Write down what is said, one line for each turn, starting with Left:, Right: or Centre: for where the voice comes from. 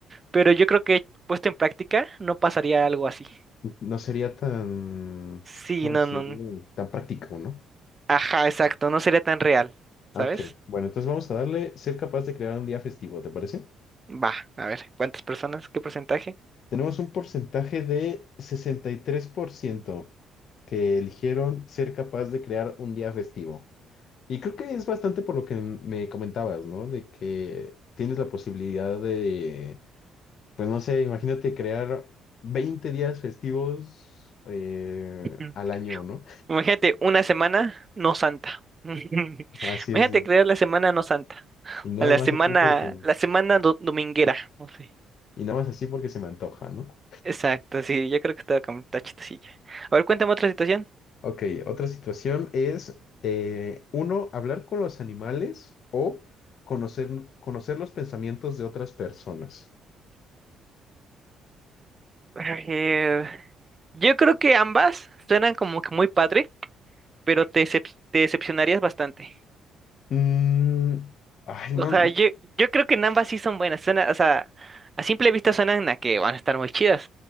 Right: pero yo creo que puesto en práctica no pasaría algo así.
Left: no sería tan,
Right: Sí,
Left: ¿cómo
Right: no,
Left: decirlo?
Right: no.
Left: Tan práctico, ¿no?
Right: Ajá, exacto, no sería tan real, ¿sabes?
Left: Ok, bueno, entonces vamos a darle ser capaz de crear un día festivo, ¿te parece?
Right: Va, a ver, ¿cuántas personas? ¿Qué porcentaje?
Left: Tenemos un porcentaje de 63% que eligieron ser capaz de crear un día festivo. Y creo que es bastante por lo que me comentabas, ¿no? De que tienes la posibilidad de, pues no sé, imagínate crear 20 días festivos eh,
Right: <clears throat>
Left: al año, ¿no?
Right: Imagínate una semana no santa. <laughs>
Left: <laughs> Así
Right: Imagínate
Left: es.
Right: crear la semana no santa.
Left: Y nada
Right: A la
Left: más
Right: semana,
Left: así porque,
Right: la semana do- dominguera, no sé.
Left: y nada más así porque se me antoja, ¿no?
Right: Exacto, sí, yo creo que estaba con está chistosilla. A ver, cuéntame otra situación.
Left: Ok, otra situación es, eh, uno, hablar con los animales o conocer, conocer los pensamientos de otras personas.
Right: A ver, yo creo que ambas suenan como que muy padre, pero te, decep- te decepcionarías bastante.
Left: Mm, ay,
Right: O
Left: no,
Right: sea, yo, yo creo que en ambas sí son buenas. Suena, o sea, a simple vista suenan a que van a estar muy chidas.